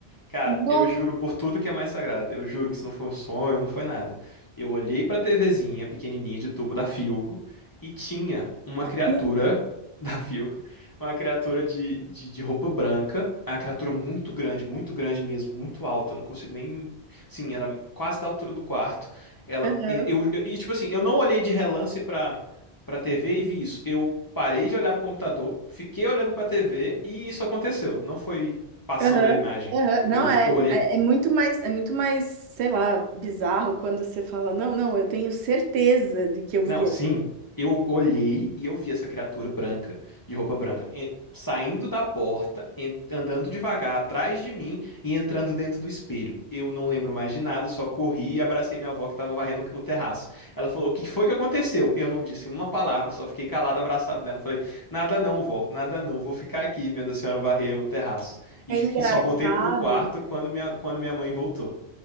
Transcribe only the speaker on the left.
Cara,
eu juro por tudo que é mais sagrado. Eu juro que isso não foi um sonho, não foi nada. Eu olhei pra TVzinha pequenininha de tubo da Philco e tinha uma criatura
<laughs> da Philco, uma criatura de, de, de roupa branca, uma criatura muito grande, muito grande mesmo, muito alta. Eu não consigo nem. Sim, era quase da altura do quarto. Ela.
Eu, eu- e tipo assim, eu não olhei de relance pra, pra TV e vi isso. Eu parei de olhar pro computador, fiquei olhando pra TV e isso aconteceu. Não foi passando
a imagem.
Eu,
eu olhei.
Não,
sim. Eu olhei e eu vi essa criatura branca, de roupa branca, e- saindo da porta, en- andando devagar atrás de mim e entrando dentro do espelho. Eu não lembro mais de nada, só corri e abracei minha avó que estava varrendo o terraço. Ela falou: O que foi que aconteceu? Eu não disse uma palavra, só fiquei calado, abraçado nela. Falei: Nada não, vó, nada não. Vou ficar aqui vendo a senhora varrer o terraço. E,
f-
e só voltei pro quarto quando minha, quando minha mãe voltou.